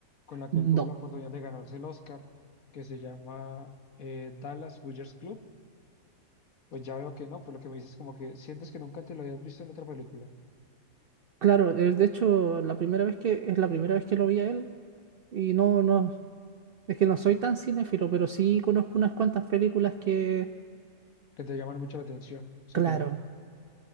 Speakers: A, on the left; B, on the right.
A: con la que
B: No,
A: él tuvo la oportunidad de ganarse el Oscar, que se llama eh, Dallas Buyers Club. Pues ya veo que no, por lo que me dices como que sientes que nunca te lo habías visto en otra película,
B: claro, eh, de hecho, la primera vez que es la primera vez que lo vi a él y no, no, es que no soy tan cinéfilo, pero sí conozco unas cuantas películas que,
A: que te llaman mucho la atención. Sí,
B: claro,
A: claro.